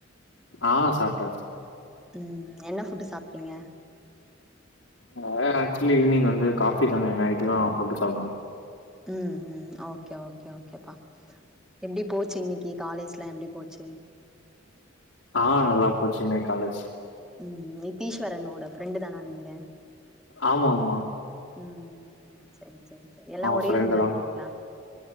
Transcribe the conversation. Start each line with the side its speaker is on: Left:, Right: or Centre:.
Left: ஆ சாப்டாச்சு
Centre: ம் என்ன ஃபுட் சாப்டீங்க
Left: <unintelligible> ஆக்சுவலி ஈவினிங் வந்து காஃபி தானே நைட்டு தா ஃபுட் சாப்டுவோ
Centre: ம் ம் ஓகே ஓகே ஓகே பா எப்டி போச்சு இன்னிக்கி காலேஜ்லா எப்டி போச்சு
Left: ஆ நல்லா போச்சுங்க காலேஜ்
Centre: ம் நிஸ்தீஷ்வரனோட ஃப்ரெண்ட் தானா நீங்க
Left: ஆமாமா
Centre: ம் செரி செரி செரி எல்லா
Left: அவ
Centre: ஒரே
Left: ஃப்ரெண்டு
Centre: ரூம்ல
Left: தா
Centre: இருக்கீங்ளா